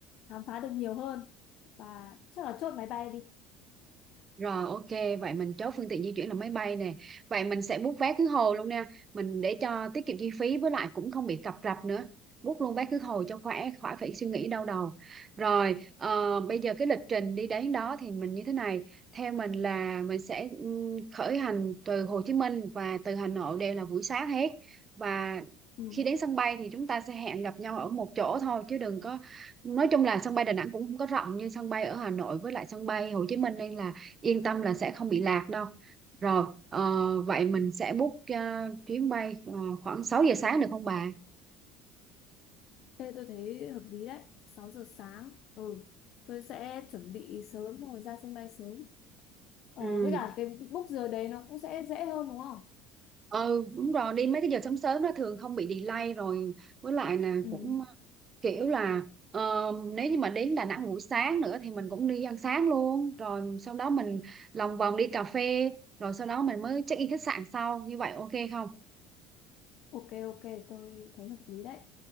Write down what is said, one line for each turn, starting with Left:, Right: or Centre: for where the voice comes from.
Left: khám phá được nhiều hơn và chắc là chốt máy bay đi
Right: Rồi ok, vậy mình chốt phương tiện di chuyển là máy bay nè. Vậy mình sẽ book vé khứ hồi luôn nha. Mình để cho tiết kiệm chi phí với lại cũng không bị cập rập nữa. Book luôn vé khứ hồi cho khỏe, khỏi phải suy nghĩ đau đầu. Rồi, ờ, bây giờ cái lịch trình đi đến đó thì mình như thế này. Theo mình là mình sẽ ừm, khởi hành từ Hồ Chí Minh và từ Hà Nội đều là buổi sáng hết. Và
Left: ừ.
Right: khi đến sân bay thì chúng ta sẽ hẹn gặp nhau ở một chỗ thôi chứ đừng có nói chung là sân bay Đà Nẵng cũng không có rộng như sân bay ở Hà Nội với lại sân bay Hồ Chí Minh nên là yên tâm là sẽ không bị lạc đâu rồi ờ, vậy mình sẽ book ờ, chuyến bay ờ, khoảng 6 giờ sáng được không bà
Left: Ê, tôi thấy hợp lý đấy sáu giờ sáng ừ tôi sẽ chuẩn bị sớm xong rồi ra sân bay sớm ờ,
Right: ừ
Left: với cả cái book giờ đấy nó cũng sẽ dễ hơn đúng không
Right: ừ đúng rồi đi mấy cái giờ sớm sớm nó thường không bị delay rồi với lại là
Left: Ừ.
Right: cũng ờ, kiểu là ờ, nếu như mà đến Đà Nẵng buổi sáng nữa thì mình cũng đi ăn sáng luôn rồi sau đó mình lòng vòng đi cà phê rồi sau đó mình mới check in khách sạn sau như vậy ok không
Left: Ok ok tôi thấy hợp lý đấy.